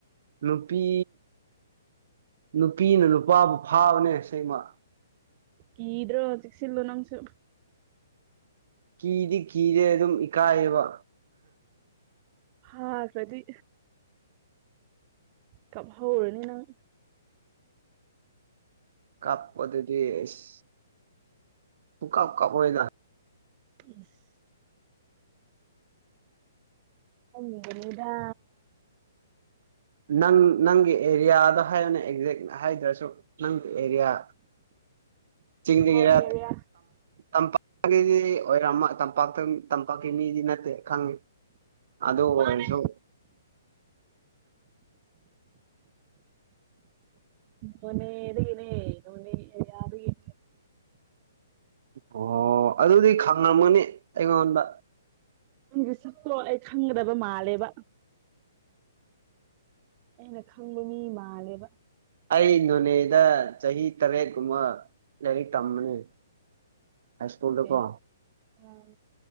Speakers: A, on the right; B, on the right.
A: ꯅꯨꯄꯤ ꯅꯨꯄꯤꯅ ꯅꯨꯄꯥꯕꯨ ꯐꯥꯕꯅꯦ ꯏꯁꯩꯃ
B: ꯀ ꯏꯗ꯭ꯔꯣ ꯆꯦꯛꯁꯤꯜꯂꯣ ꯅꯪꯁꯨ
A: ꯀꯤꯔꯤ ꯀꯤꯔꯦ ꯑꯗꯨꯝ ꯏ ꯀꯥꯏꯕ
B: ꯍꯥꯥ ꯔ꯭ꯔꯗꯤ ꯀꯞ ꯍꯧꯔꯅꯤ ꯅꯪ
A: ꯀꯞ ꯄꯊꯗꯤꯁꯤ ꯇ ꯀꯥꯞ ꯀꯥꯄꯣꯏꯗ
B: ꯌꯦꯁ ꯑ ꯃꯔꯗꯥ
A: ꯅꯪ ꯅꯪꯒꯤ ꯑꯦꯔꯤꯌꯥꯗ ꯍꯥꯏꯌꯅꯦ ꯑꯦꯛꯖꯦꯛ ꯍꯥꯏꯗ꯭ꯔꯁꯨ ꯅꯪ ꯑꯦꯔꯤꯌꯥ ꯆꯤꯡꯗꯒꯤꯔ
B: ꯑꯦꯔꯤꯌꯥ
A: ꯇꯝꯄꯥꯛꯀꯤꯗꯤ ꯑꯣꯏꯔꯝꯃ ꯇꯝꯄꯥꯛꯇ ꯇꯝꯄꯥꯛꯀꯤ ꯃꯤꯗꯤ ꯅꯠꯇꯦ ꯈꯪꯉꯤ ꯑꯗ ꯑꯣꯏꯁꯣ
B: ꯃꯥꯅꯦ ꯃꯅꯦ ꯌꯦꯗꯨꯒꯦꯅꯦ ꯅꯣꯅꯦ ꯌꯥꯔꯒꯅꯦ
A: ꯑꯣ ꯑꯗꯨꯗꯤ ꯈꯪꯉꯝꯒꯅꯤ ꯑꯩꯉꯣꯟꯗ
B: ꯅꯪꯒꯤ ꯁꯛꯇ꯭ꯔꯣ ꯑꯩ ꯈꯪꯒꯗꯕ ꯃꯥꯜꯂꯦꯕ ꯑꯩꯅ ꯈꯪꯕ ꯃꯤ ꯃꯥꯜꯂꯦꯕ
A: ꯑꯩ ꯅꯣꯅꯦꯗ ꯆꯍꯤ ꯇꯔꯦꯠꯀꯨꯝꯕ ꯂꯥꯏꯔꯤꯛ ꯇꯝꯕꯅꯦ ꯍꯥꯏ ꯁ꯭ꯀꯨꯜꯗꯀꯣ
B: ꯀꯩ ꯑꯥ